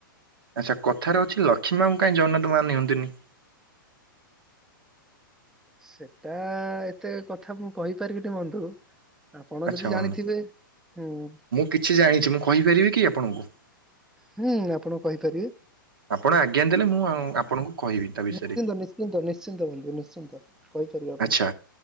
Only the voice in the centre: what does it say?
ସେଟା ଏତେ କଥା ମୁଁ କହିପାରିବିନି ବନ୍ଧୁ ଆପଣ
ଯଦି
ଜାଣିଥିବେ। ହୁଁ।
ହୁଁ ଆପଣ କହିପାରିବେ।
ନିଶ୍ଚିନ୍ତ ନିଶ୍ଚିନ୍ତ ନିଶ୍ଚିନ୍ତ ବନ୍ଧୁ ନିଶ୍ଚିନ୍ତ। କହିପାରିବେ ଆପଣ